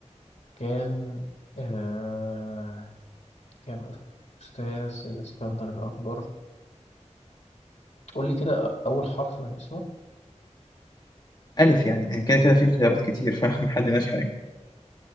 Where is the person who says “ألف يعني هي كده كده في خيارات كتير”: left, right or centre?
Left